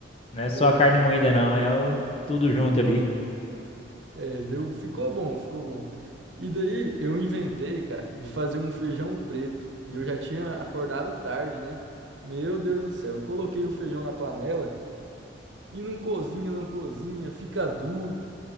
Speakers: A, on the left; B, on the right.
A: Não
B: Foi,
A: é só a carne moída, não, é o tudo junto ali.
B: <laughs> é, deu, ficou bom, ficou bom. E daí eu inventei, cara, de fazer um feijão preto. E eu já tinha acordado tarde, né? Meu Deus do céu, eu coloquei o feijão na panela e não cozinha, não cozinha, fica duro.